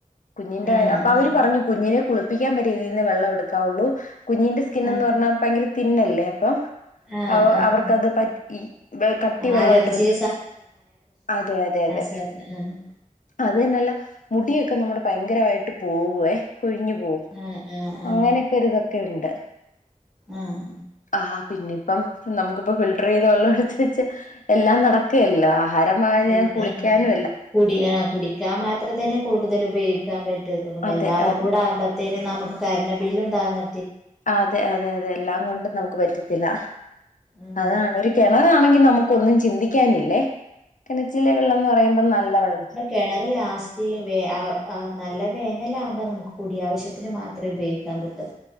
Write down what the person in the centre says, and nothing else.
ആഹ്
ആഹ്
ആഹ് ആഹ്
ആഹ്
അലർജി
<unintelligible> ആഹ് ആഹ്
ആഹ് ആഹ് ആഹ്
ആഹ്
പിന്നെ
കുടി ആ കുടിക്കാൻ മാത്രം തന്നെ കൂടുതൽ ഉപയോഗിക്കാൻ പറ്റാത്തള്ളൂ
എല്ലാതുടെ
ആകുമ്പ ത്തേനും നമുക്ക് കറൻ്റ് ബില്ലും താങ്ങ
ഉം
കെണറ് ലാസ്റ്റ് വേ അഹ് അഹ് നല്ല വേനല ആവുമ്പം നമക്ക് കുടിയാവശ്യത്തിന് മാത്രേ ഉപയോഗിക്കാം കി